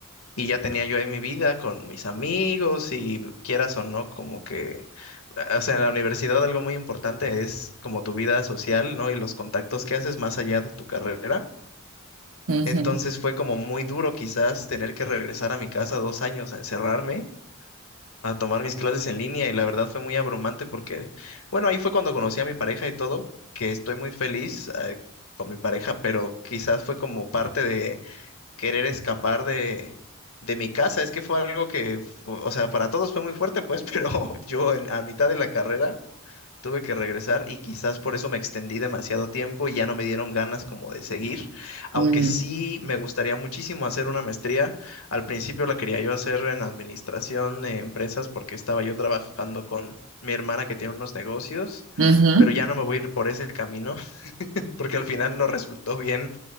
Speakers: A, on the left; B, on the right.
A: Y ya tenía yo ahí mi vida con mis amigos y quieras o no, como que, o sea, en la universidad algo muy importante es como tu vida social, ¿no? Y los contactos que haces más allá de tu carrera.
B: Ujú.
A: Entonces fue como muy duro quizás tener que regresar a mi casa dos años a encerrarme, a tomar mis clases en línea y la verdad fue muy abrumante porque, bueno, ahí fue cuando conocí a mi pareja y todo, que estoy muy feliz, eh, con mi pareja, pero quizás fue como parte de querer escapar de, de mi casa. Es que fue algo que, fu- o sea, para todos fue muy fuerte, pues, <laughs> pero yo en- a mitad de la carrera tuve que regresar y quizás por eso me extendí demasiado tiempo y ya no me dieron ganas como de seguir, aunque
B: Mm.
A: sí me gustaría muchísimo hacer una maestría. Al principio la quería yo hacer en administración de empresas porque estaba yo trabajando con... Mi hermana que tiene unos negocios,
B: Ujú.
A: pero ya no me voy a ir por ese camino <laughs> porque al final no resultó bien